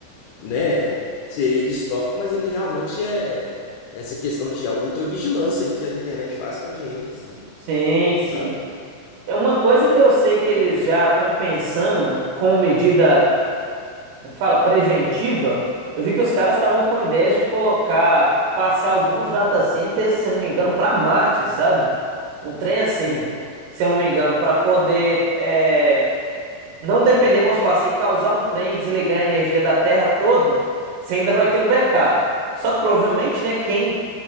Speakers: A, on the left (about 85°); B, on the right (about 85°).
A: né, seria distópico, mas ele realmente é essa questão de ultravigilância aí que a internet faz com a gente, assim,
B: Sim, sim.
A: sabe?
B: É uma coisa que eu sei que eles já estão pensando como medida. como é que fala? Preventiva, eu vi que os caras estavam com ideias de colocar, passar alguns data centers, se eu não me engano, para Marte, sabe? Um trem assim,
A: Uhum.
B: se eu não me engano, para poder é, não depender, vamos falar assim, causar um trem e desligar a energia da Terra toda, você ainda vai ter um backup. Só que provavelmente, né, quem